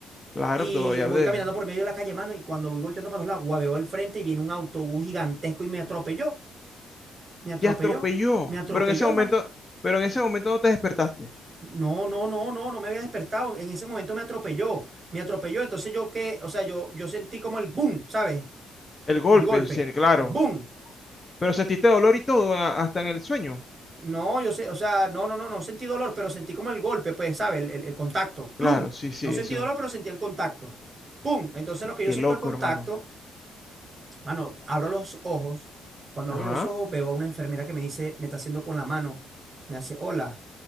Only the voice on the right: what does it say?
Y
voy
caminando por medio de la calle, mano, y cuando voy volteando para los lados, guau, veo el frente y viene un autobús gigantesco y me atropelló, me atropelló,
me atropelló,
mano.
No, no, no, no, no me había despertado. En ese momento me atropelló, me atropelló. Entonces yo qué, o sea, yo, yo sentí como el boom, ¿sabes?
El golpe,
boom.
No, yo sé, o sea, no, no, no, no sentí dolor, pero sentí como el golpe, pues, ¿sabes? El, el- el contacto, plum.
No sentí
dolor, pero sentí el contacto, pum. Entonces
lo que
yo siento
el contacto,
mano, abro los ojos. Cuando
abro los ojos veo a una enfermera que me dice, me está haciendo con la mano, me hace, hola.